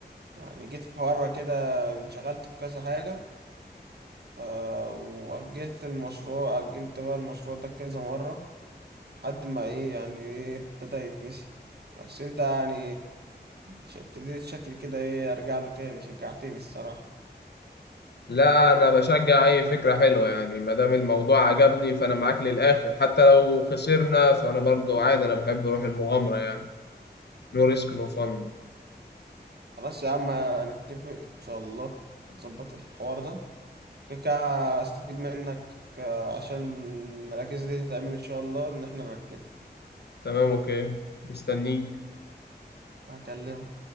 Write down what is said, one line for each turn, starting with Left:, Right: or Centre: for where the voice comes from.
Right: يعني جيت في مره كده انشغلت في كذا حاجه ف واجلت المشروع اجلت بقى المشروع ده كذا مره لحد ما ايه يعني ايه ابتدى يتنسي بس انت يعني ش- ابتديت شكلي كده ايه ارجع له تاني شجعتني الصراحه
Left: لا انا بشجع اي فكره حلوه يعني ما دام الموضوع عجبني فانا معاك للاخر حتى لو خسرنا فانا برضو عادي انا بحب روح المغامره يعني نو ريسك نو فن
Right: خلاص يا عم هنتفق ان شاء الله نظبط الحوار ده كده استفيد منك آه، عشان المراكز دي تتعمل ان شاء الله ان احنا نركب
Left: تمام اوكي مستنيك
Right: هكلمك